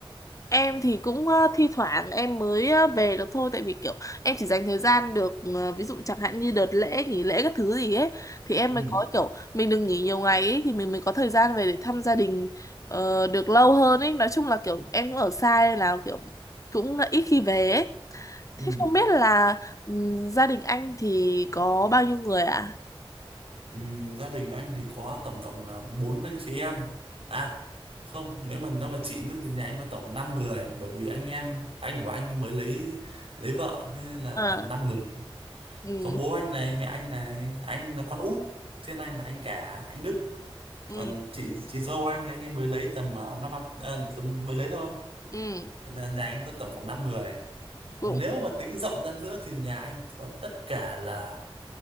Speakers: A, on the left; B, on the right.
A: Em thì cũng ờ, thi thoảng em mới ờ, về được thôi tại vì kiểu em chỉ dành thời gian được ờ, ví dụ chẳng hạn như đợt lễ nghỉ lễ các thứ gì ấy thì em
B: Ừ,
A: mới có kiểu mình đừng nghỉ nhiều ngày ấy thì mình mới có thời gian về để thăm gia đình ờ, được lâu hơn ấy nói chung là kiểu em cũng ở xa nên là kiểu cũng là ít khi về ấy
B: ừ.
A: thế không biết là ừm, gia đình anh thì có bao nhiêu người ạ?
B: Ừm, gia đình anh thì có tổng cộng là bốn anh chị em à không nếu mà nói về chị nữa thì nhà anh có tổng 5 người bởi vì anh em anh của anh mới lấy lấy vợ thế nên là
A: Ờ,
B: tổng 5 người
A: ừ.
B: có bố anh này mẹ anh này anh là con út trên anh là anh cả anh Đức
A: Ừ.
B: còn chị chị dâu anh anh ấy mới lấy tầm uh, 5 năm năm à, tầm mới lấy thôi
A: Ừ.
B: nên là nhà anh có tổng cộng 5 người
A: Ừ.
B: còn nếu mà tính rộng ra nữa thì nhà anh có tất cả là